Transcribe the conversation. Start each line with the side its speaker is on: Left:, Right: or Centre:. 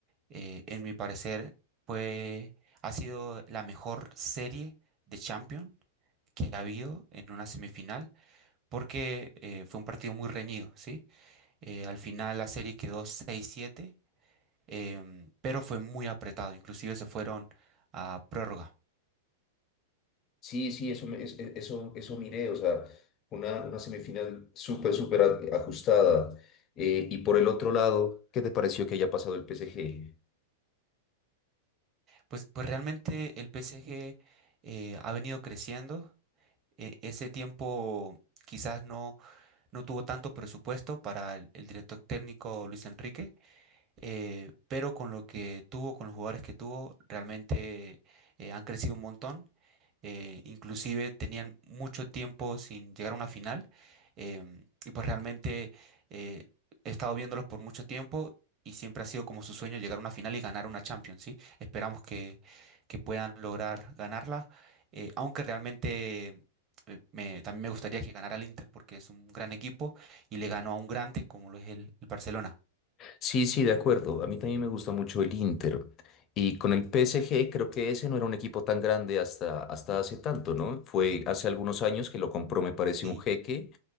Right: eh, en mi parecer, fue, ha sido la mejor serie de Champions que ha habido en una semifinal, porque eh, fue un partido muy reñido, ¿sí? Eh, al final la serie quedó seis siete, em, pero fue muy apretado, inclusive se fueron a prórroga.
Left: Sí, sí, eso, me- es- es- eso, eso miré, o sea, una, una semifinal súper, súper a- ajustada. Eh, y por el otro lado, ¿qué te pareció que haya pasado el PSG?
Right: Pues, pues realmente el PSG eh, ha venido creciendo e- ese tiempo quizás no, no tuvo tanto presupuesto para el, el director técnico Luis Enrique, eh, pero con lo que tuvo, con los jugadores que tuvo, realmente eh, han crecido un montón. eh, inclusive tenían mucho tiempo sin llegar a una final em, y pues realmente eh, he estado viéndolos por mucho tiempo y siempre ha sido como su sueño llegar a una final y ganar una Champions, ¿sí? Esperamos que, que puedan lograr ganarla, eh, aunque realmente... eh, me- también me gustaría que ganara el Inter porque es un gran equipo y le ganó a un grande como lo es el el Barcelona.
Left: Sí, sí, de acuerdo. A mí también me gusta mucho el Inter. Y con el PSG creo que ese no era un equipo tan grande hasta, hasta hace tanto, ¿no? Fue
Right: ¿Mm?
Left: hace algunos años que lo compró, me parece,
Right: Sí.
Left: un jeque.